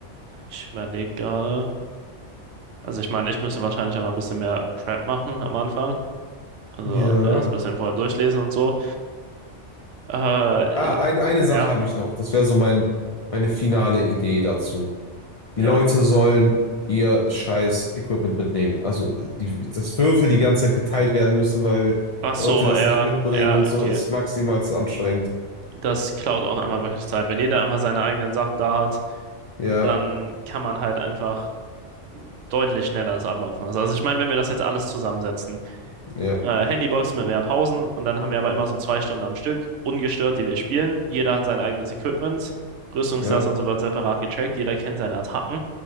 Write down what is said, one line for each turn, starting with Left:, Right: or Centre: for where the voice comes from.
Right: ich überlege gerade. Also ich meine, ich müsste wahrscheinlich einfach ein bisschen mehr Prep machen am Anfang. Also
Left: Ja.
Right: ja, das ein bisschen vorher durchlesen und so. Äh,
Left: Ah,
Right: äh,
Left: ein, eine Sache
Right: ja,
Left: habe ich noch. Das wäre so mein, meine finale Idee dazu.
Right: ja.
Left: Die Leute sollen ihr scheiß Equipment mitnehmen. Also die, das Würfel die ganze Zeit geteilt werden müssen, weil
Right: Ach so,
Left: Leute das
Right: ja,
Left: nicht mitbringen
Right: ja,
Left: und so
Right: okay.
Left: ist maximal anstrengend.
Right: Das klaut auch einmal wirklich Zeit. Wenn jeder einfach seine eigenen Sachen da hat,
Left: Ja.
Right: dann kann man halt einfach deutlich schneller das ablaufen lassen. Also ich meine, wenn wir das jetzt alles zusammensetzen,
Left: Ja,
Right: äh, Handybox mit mehr Pausen und dann haben wir aber immer so zwei Stunden am Stück, ungestört, die wir spielen. Jeder hat sein eigenes Equipment, Rüstungsklasse
Left: ja,
Right: und so wird separat getrackt, jeder kennt seine Attacken.